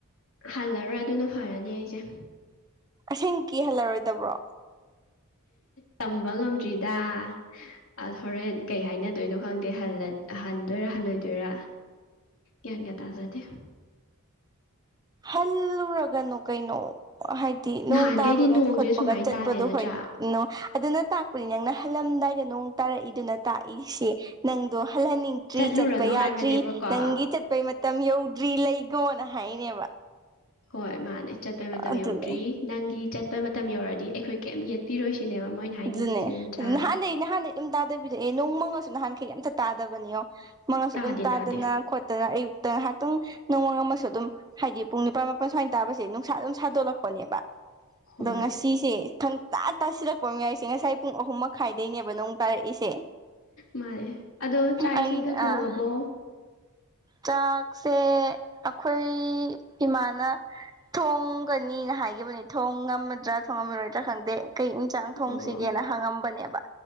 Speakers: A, on the left (about 60°); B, on the right (about 15°).
A: ꯍꯜꯂꯔꯣꯏ ꯑꯗꯨꯅ ꯐꯔꯅꯤ ꯑꯩꯁꯦ
B: ꯑꯁꯦꯡꯀꯤ ꯍꯜꯂꯔꯣꯏꯗꯕ꯭ꯔꯣ
A: ꯇꯝꯕ ꯉꯝꯗ꯭ꯔꯤꯗ ꯑ ꯍꯣꯔꯦꯟ ꯀꯩ ꯍꯥꯏꯅꯗꯣꯏꯅꯣ ꯈꯪꯗꯦ ꯍꯟꯗꯣꯏꯔ ꯍꯜꯂꯣꯏꯗꯣꯏꯔꯥ ꯒ꯭ꯌꯥꯟꯒ ꯇꯥꯖꯗꯦ
B: ꯍꯜꯂꯨꯔꯒꯅꯨ ꯀꯩꯅꯣ ꯍꯥꯏꯗꯤ
A: ꯅꯍꯥꯟꯈꯩꯗꯤ
B: ꯅꯣꯡ ꯇꯥꯕꯒ
A: ꯅꯣꯡꯁꯦ
B: ꯈꯣꯠꯄꯒ
A: ꯁꯨꯃꯥꯏꯅ
B: ꯆꯠꯄꯗꯣ
A: ꯇꯥꯗꯦ ꯅꯠꯇ꯭ꯔꯥ
B: ꯍꯣꯏ ꯅ ꯑꯗꯨꯅ ꯇꯥꯛꯄꯅꯤ ꯅꯪꯅ ꯍꯜꯂꯝꯗꯥꯏꯗ ꯅꯣꯡ ꯇꯥꯔꯛꯏꯗꯨꯅ ꯇꯥꯛꯏꯁꯦ ꯅꯪꯗꯣ ꯍꯜꯍꯟꯅꯤꯡꯗ꯭ꯔꯤ
A: ꯆꯠꯂꯨꯔꯅꯣ
B: ꯆꯠꯄ ꯌꯥꯗ꯭ꯔꯤ
A: ꯍꯥꯏꯕꯅꯦꯕꯀꯣ
B: ꯅꯪꯒꯤ ꯆꯠꯄꯩ ꯃꯇꯝ ꯌꯧꯗ꯭ꯔꯤ ꯂꯩꯒꯣꯅ ꯍꯥꯏꯅꯦꯕ
A: ꯍꯣꯏ ꯃꯥꯅꯦ ꯆꯠꯄꯩ ꯃꯇꯝ
B: ꯑꯗꯨꯅꯦ
A: ꯌꯧꯗ꯭ꯔꯤ ꯅꯪꯒꯤ ꯆꯠꯄꯩ ꯃꯇꯝ ꯌꯧꯔꯗꯤ ꯑꯩꯈꯣꯏ ꯀꯩꯝ ꯌꯦꯠꯄꯤꯔꯣꯏꯁꯤ ꯁꯤꯅꯦꯕ ꯃꯣꯏꯅ ꯍꯥꯏꯅꯤꯡꯉꯁꯤ
B: ꯑꯗꯨꯅꯦ
A: ꯅꯠꯇ꯭ꯔꯥ
B: ꯑꯗꯨ ꯅꯍꯥꯟꯗꯩ ꯅꯍꯥꯟꯗꯩ ꯑꯗꯨꯝ ꯇꯥꯗꯕꯤꯗ ꯑꯦ ꯅꯣꯡ ꯃꯪꯉꯁꯨ ꯅꯍꯥꯟꯈꯩ ꯑꯝꯇ ꯇꯥꯗꯕꯅꯦ ꯃꯪꯉꯁꯨ
A: ꯇꯥꯗꯦ
B: ꯑꯗꯨꯝ ꯇꯥꯗꯅ
A: ꯇꯥꯗꯦ
B: ꯅ ꯑꯌꯨꯛꯇ ꯉꯥꯏꯍꯥꯛꯇꯪ ꯅꯣꯡꯃ ꯑꯃꯁꯨ ꯑꯗꯨꯝ ꯍꯥꯏꯗꯤ ꯄꯨꯡ ꯅꯤꯄꯥꯥꯟ ꯃꯥꯄꯜ ꯁ꯭ꯋꯥꯏꯅ ꯇꯥꯕꯁꯦ ꯅꯨꯡꯁꯥ ꯑꯗꯨꯝ ꯁꯥꯗꯣꯛꯂꯛꯄꯅꯦꯕ
A: ꯍꯣꯏ
B: ꯑꯗꯣ ꯉꯁꯤꯁꯦ ꯈꯪꯇꯥ ꯇꯥꯁꯤꯂꯛꯄ ꯃꯌꯥꯏꯁꯦ ꯉꯁꯥꯏ ꯄꯨꯡ ꯑꯍꯨꯝ ꯃꯈꯥꯏꯗꯩꯅꯦꯕ ꯅꯣꯡ ꯇꯥꯔꯛꯏꯁꯦ
A: ꯃꯥꯅꯦ ꯑꯗꯣ ꯆꯥꯛ
B: ꯑꯩ
A: ꯏꯁꯤꯡꯒ
B: ꯑꯥ
A: ꯊꯣꯡꯉꯕꯣ
B: ꯆꯥꯛꯁꯦ ꯑꯩꯈꯣꯏ ꯏꯃꯥꯅ ꯊꯣꯡꯒꯅꯤꯅ ꯍꯥꯏꯈꯤꯕꯅꯤ ꯊꯣꯡ ꯉꯝꯃꯗ꯭ꯔꯥ ꯊꯣꯡꯉꯝꯃꯔꯣꯏꯗ꯭ꯔꯥ ꯈꯪꯗꯦ ꯀꯩ ꯏꯟꯆꯥꯥꯡ ꯊꯣꯡꯁꯤꯒꯦꯅ
A: ꯑꯣ
B: ꯍꯪꯉꯝꯕꯅꯦꯕ